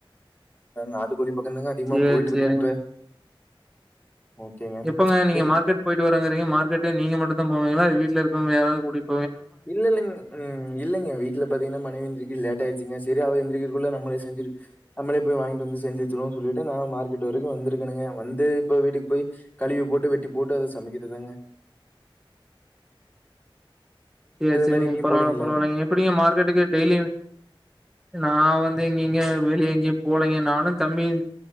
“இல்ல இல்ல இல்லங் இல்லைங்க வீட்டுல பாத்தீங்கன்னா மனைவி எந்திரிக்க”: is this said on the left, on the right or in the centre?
Left